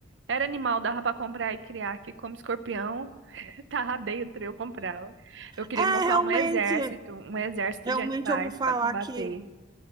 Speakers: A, on the right; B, on the right.
A: Era animal, dava pra comprar e criar, que como escorpião, <laughs> tava dentro, eu comprava. Eu queria
B: É,
A: montar
B: realmente,
A: um exército, um exército
B: realmente
A: de animais
B: eu ouvi falar
A: pra combater.
B: que...